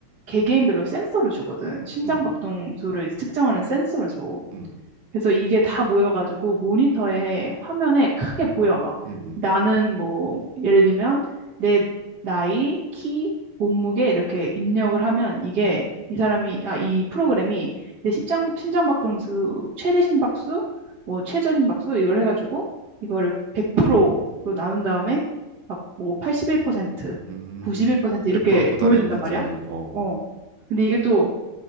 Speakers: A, on the right; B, on the right.
A: 개개인별로 센서를 주거든. 심장
B: 음,
A: 박동수를 측정하는 센서를 줘.
B: 음,
A: 그래서 이게 다 모여가지고 모니터에 화면에 크게 보여 막
B: 음, 음,
A: 나는 뭐 예를 들면 내 나이, 키, 몸무게 이렇게 입력을 하면 이게
B: 음,
A: 이 사람이 아 이 프로그램이 내 심장 심장박동수 최대 심박수 뭐 최저 심박수 이걸 해가지고 이거를 100%로 나눈 다음에 막 뭐 81%,
B: 음,
A: 91%
B: 음. 몇
A: 이렇게
B: 프로 도달했는지,
A: 보여준단 말이야.
B: 어,
A: 어. 근데 이게 또